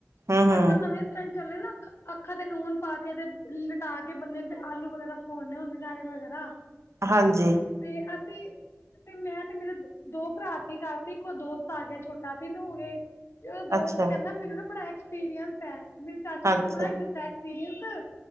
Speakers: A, on the right; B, on the left.
A: ਹੂੰ-ਹੂੰ।
B: ਅੱਜ ਕੱਲ ਨਵੇਂ ਸਟੰਟ ਚੱਲੇ ਨਾ ਅੱਖਾਂ-ਅੱਖਾਂ ਤੇ ਨੂਨ ਪਾ ਕੇ ਤੇ ਲਟਾ ਕੇ ਬੰਦੇ ਨੂੰ ਤੇ ਆਲੂ ਵਗੈਰਾ ਫੋੜਨੇ ਹੁੰਦੇ ਨਾਰੀਅਲ ਵਗੈਰਾ।
A: ਹਾਂਜੀ।
B: ਤੇ ਅਸੀਂ ਤੇ ਮੈਂ ਤੇ ਮੇਰੇ ਦੋ ਪਰਾ ਸੀ ਕਰ ਸੀ, ਇੱਕ ਓ ਦੋਸਤ ਆ ਗਿਆ ਛੋਟਾ, ਤਿੰਨ ਹੋ ਗਏ ਤੇ ਉਹ ਦੋਸਤ
A: ਅੱਛਾ
B: ਕਹਿੰਦਾ ਮੈਨੂੰ ਨਾ ਬੜਾ ਐਕਸਪੀਰੀਅੰਸ ਐ, ਮੇਰੇ ਚਾਚੇ ਨੇ
A: ਅੱਛਾ
B: ਮੈਨੂੰ ਬੜਾ ਦਿੱਤਾ ਐਕਸਪੀਰੀਅੰਸ।